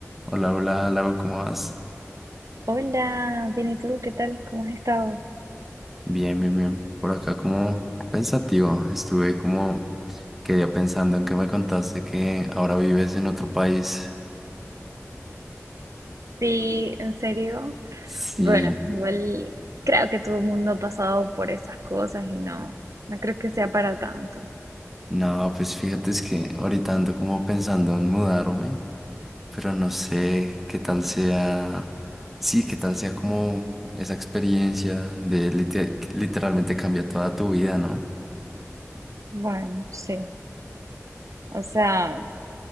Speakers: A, in the centre; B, on the right (about 80°).
A: Hola, hola, Lau, ¿cómo vas?
B: Hola, bien, ¿y tú? ¿Qué tal? ¿Cómo has estado?
A: Bien, bien, bien. Por acá como pensativo, estuve como, quedé pensando en que me contaste que ahora vives en otro país.
B: Sí, en serio.
A: Sí,
B: Bueno, igual creo que todo el mundo ha pasado por esas cosas y no, no creo que sea para tanto.
A: no, pues fíjate es que ahorita ando como pensando en mudarme, pero no sé qué tal sea, sí, qué tal sea como esa experiencia de lite- literalmente cambia toda tu vida, ¿no?
B: Bueno, sí. O sea,